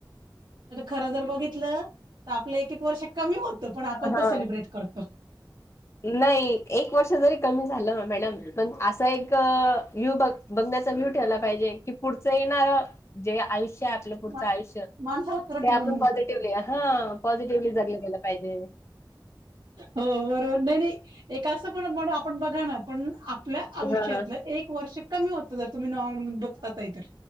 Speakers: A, on the right; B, on the left.
A: खरं जर बघितलं तर आपलं एक एक वर्ष कमी होतं पण आपण
B: हा
A: तो सेलिब्रेट करतो
B: नाही एक वर्ष जरी कमी झालं ना मॅडम पण असा एक यु बग बगण्याचा व्हिव ठेवला पाहिजे की पुढच येणार जे आयुष्य आहे आपलं पुढचं
A: मा-
B: आयुष्य
A: माणसाला करंट
B: ते
A: घेऊन
B: आपण पॉझिटिव्हली हा पॉझिटिव्हली जगलं गेलं पाहिजे
A: हो बरोबर नाही नाही एक असं पण म्हण आपण बघा ना पण आपल्या आयुष्यातलं
B: हां.
A: एक वर्ष कमी होत जर तुम्ही नॉ बघ होतंय तर